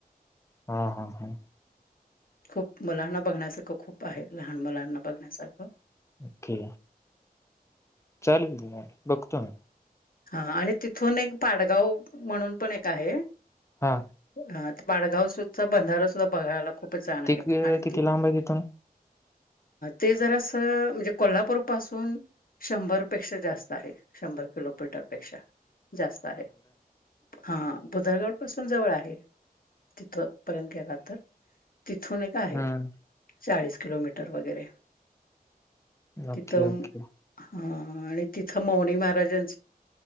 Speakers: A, on the left (about 20°); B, on the left (about 65°).
A: हा हा हा
B: खूप मुलांना बघण्यासारखं खूप आहे लहान मुलांना बघण्यासारखं
A: ओके चालेल बघतो
B: हा आणि तिथून एक पाडगाव म्हणून पण एक आहे
A: हां.
B: ह बाडगावचा बंधारा सुद्धा बघायला खूप छान आहे
A: ते क
B: आणि
A: किती
B: त
A: लांब आहे तिथून?
B: ते जर असं म्हणजे कोल्हापूर पासून शंभरपेक्षा जास्त आहे शंभर किलोमीटरपेक्षा जास्त आहे हा बुधरगड पासून जवळ आहे तिथ पर्यंत गेला तर तिथून एक आहे
A: हं.
B: चाळीस किलोमीटर वगैरे
A: ओके
B: तिथं
A: ओके
B: हा आणि तिथं मौनी महाराजां